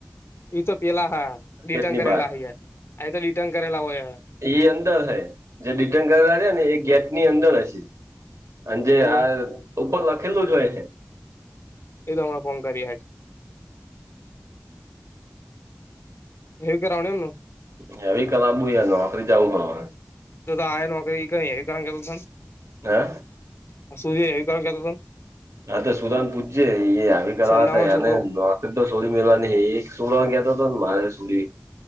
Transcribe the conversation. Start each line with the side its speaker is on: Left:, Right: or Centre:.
Left: એ તો પેલા હા ડિટર્ન
Right: ની
Left: કરેલા
Right: બહાર
Left: હૈ આ તો ડિટર્ન કરેલા હોય.
Right: એઈ અંદર હ જે ડિટેન કરેયા ને એ ગેટ ની અંદર હશે અને જે
Left: એવું
Right: આ ઉપર લખેલું જ હોય હે.
Left: <unintelligible> હવી કરા <inaudible> વડ એમનું <unintelligible>
Right: યાર નોકરી જાવું હ
Left: જો તો આ નોકરી એવી કારણ કરતા
Right: હે
Left: સૂર્ય એવી કારણ કરતો ને <unintelligible>
Right: હા તો સુરાન પૂછજે એ આવી કર
Left: સંદાવાન
Right: હતા એને
Left: છોકરો
Right: સડી મેવા ન એક સોડવાતો હતોને મારે સડી